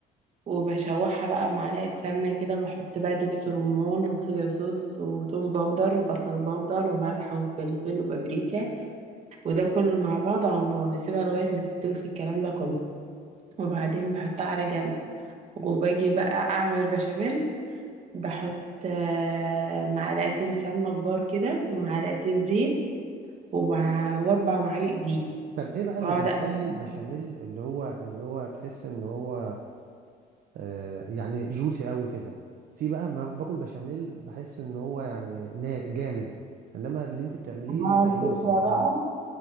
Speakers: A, on the right (about 40°); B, on the right (about 60°).
A: وبشوحها بقى بمعلقه سمنه كده بحط بقى دبس رمان وصويا صوص وتوم باودر وبصل باودر وملح وفلفل وبابريكا وده كله مع بعضه على النار واسيبها لغايه ما تستوي في الكلام ده كله وبعدين بحطها على جنب وباجي بقى اعمل بشاميل بحط آه، معلقتين سمنة كبار كده ومعلقتين زيت ومع- واربع معالق دقيق
B: طب ايه بقى اللي
A: واقعد
B: بيخلي
A: أقلب
B: البشاميل اللي هو اللي هو تحس ان هو آه يعني جوسي قوي كده في بقى ما باكل بشاميل بحس ان هو يعني نا- جامد انما اللي انت بتعمليه
A: مع
B: بيبقى
A: الفكرة
B: جوسي
A: بقى
B: انا